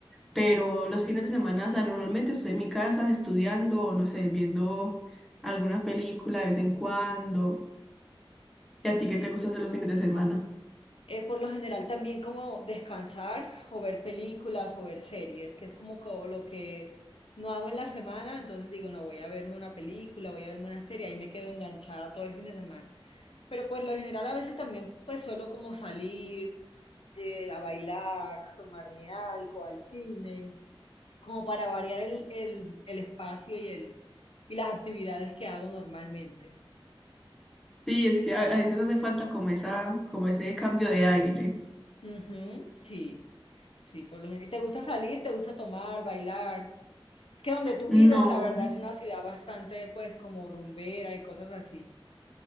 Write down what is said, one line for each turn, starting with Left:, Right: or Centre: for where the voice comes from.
Centre: pero los fines de semana, o sea, normalmente estoy en mi casa estudiando o no sé, viendo alguna película de vez en cuando. ¿Y a ti
Left: Ok.
Centre: qué te gusta hacer los fines de semana?
Left: Eh, por lo general también como descansar o ver películas o ver series, que es como, co- lo que no hago en la semana, entonces digo, no, voy a verme una película, voy a verme una serie, ahí me quedo enganchada todo el fin de semana. Pero por lo general a veces también pues suelo como salir eh, a bailar, a tomarme algo, al cine, como para variar el, el, el espacio y, el, y las actividades que hago normalmente.
Centre: Sí, es que a, a veces hace falta como esa, como ese cambio de aire.
Left: Ujú, sí, sí, por lo general. ¿Y te gusta salir? ¿Te gusta tomar, bailar? Es que donde tú
Centre: No,
Left: vives, la verdad, es una ciudad bastante, pues, como rumbera y cosas así.